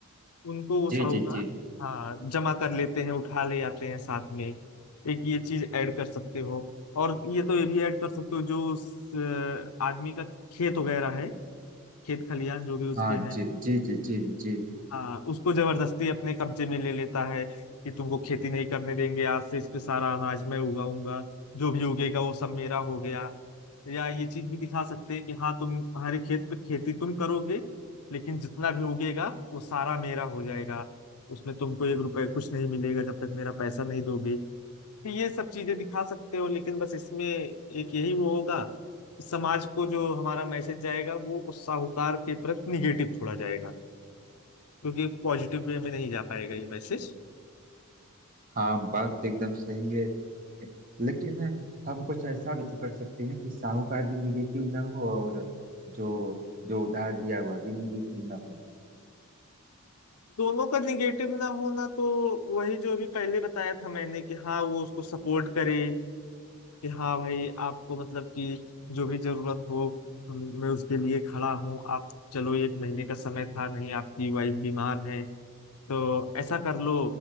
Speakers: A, on the left (about 85°); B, on the right (about 35°).
A: उनको वो साहूकार
B: जी जी जी
A: हाँ जमा कर लेते हैं उठा ले आते हैं साथ में एक ये चीज ऐड कर सकते हो और ये तो ये भी ऐड कर सकते हो जो उस अ, आदमी का खेत वगैरह है खेत खलियान जो भी उसके
B: हाँ
A: हैं
B: जी जी जी जी जी
A: हाँ उसको जबरदस्ती अपने कब्जे में ले लेता है कि तुमको खेती नहीं करने देंगे आज से इस पे सारा अनाज मैं उगाऊंगा जो भी उगेगा वो सब मेरा हो गया या ये चीज भी दिखा सकते हैं कि हाँ तुम हमारे खेत पे खेती तुम करोगे लेकिन जितना भी उगेगा वो सारा मेरा हो जाएगा उसमें तुमको एक रुपए कुछ नहीं मिलेगा जब तक मेरा पैसा नहीं दोगे तो ये सब चीजें दिखा सकते हो लेकिन बस इसमें एक यही वो होगा समाज को जो हमारा मैसेज जाएगा वो उस साहूकार के प्रति निगेटिव थोड़ा जाएगा क्योंकि पॉजिटिव वे में नहीं जा पाएगा ये मैसेज
B: हाँ बात तो एकदम सही है लेकिन है, हम कुछ ऐसा भी तो कर सकते हैं कि साहूकार भी निगेटिव ना हो और जो जो उधार लिया हुआ भी निगेटिव ना हो
A: दोनों का निगेटिव ना होना तो वही जो अभी पहले बताया था मैंने कि हाँ वो उसको सपोर्ट करे कि हाँ भाई आपको मतलब कि जो भी जरूरत हो मैं उसके लिए खड़ा हूँ आप चलो एक महीने का समय था नहीं आपकी वाइफ बीमार है तो ऐसा कर लो